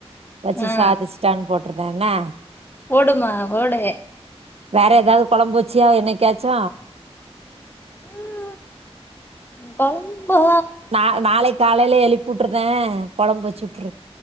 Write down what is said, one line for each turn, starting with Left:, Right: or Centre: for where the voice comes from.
Right: வச்சு
Left: ஆ
Right: சாதிச்சுட்டானு போட்டுருந்தேனா
Left: போடுங்மா போடுங்க
Right: வேற ஏதாவது கொழம்பு வச்சியா என்னைக்காச்சு
Left: ம் கொழம்பா
Right: நா நாளைக்கு காலையிலே எழுப்பி விட்டுருதே கொழம்பு வச்சு விட்ரு